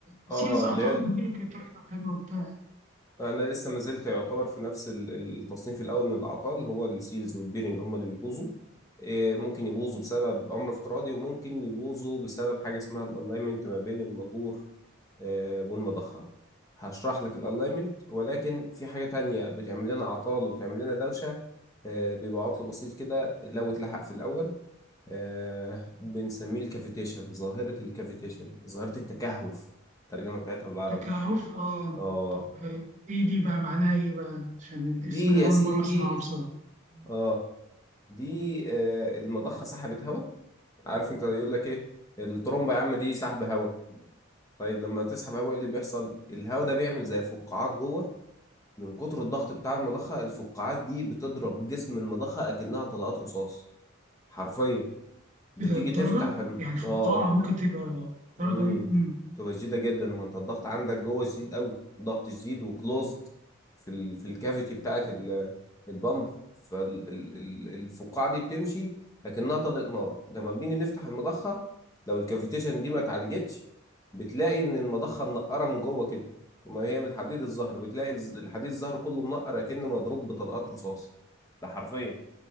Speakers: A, on the right; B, on the left.
A: السيلز
B: اه
A: أعتقد
B: اللي هي
A: البيرنج كانت أكتر حاجة قلتها
B: انا لسه ما زلت يعتبر في نفس ال- التصنيف الاول من الاعطال هو السيلز والبيرنج هم اللي بيبوظوا إيه، ممكن يبوظوا بسبب امر افتراضي وممكن يبوظوا بسبب حاجه اسمها الالاينمنت ما بين الموتور آه، والمضخه هشرح لك الالاينمنت ولكن في حاجه تانية بتعمل لنا اعطال وبتعمل لنا دوشه آه، بيبقى عطل بسيط كده لو اتلحق في الاول آه، بنسميه الكافيتيشن ظاهره الكافيتيشن ظاهره التكهف الترجمه بتاعتها بالعربي
A: تكهف اه
B: اه
A: طب آه، ايه دي بقى معناها ايه بقى عشان الاسم
B: دي
A: ده
B: يا
A: اول
B: سيدي
A: مره اسمعه بصراحه
B: اه دي آه، المضخه سحبت هواء عارف انت يقول لك ايه الترومبه يا عم دي سحب هواء طيب لما تسحب هواء ايه اللي بيحصل الهواء ده بيعمل زي فقاعات جوه من كتر الضغط بتاع المضخه الفقاعات دي بتضرب جسم المضخه اكنها طلقات رصاص حرفيا بتيجي
A: ايه ده الدرجه
B: تفتح
A: يعني فقاعه
B: اه
A: ممكن تبقى
B: امم
A: الدرجه دي امم
B: تبقى شديده جدا ما انت الضغط عندك جوه شديد قوي ضغط شديد وكلوزد في ال... في الكافيتي بتاعه ال... البامب فالفقاعه دي بتمشي لكنها طلقت نار لما بنيجي نفتح المضخه لو الكافيتيشن دي ما اتعالجتش بتلاقي ان المضخه منقره من جوه كده وما هي من الحديد الزهر بتلاقي الز- الحديد الزهر كله منقر كأنه مضروب بطلقات رصاص ده حرفيا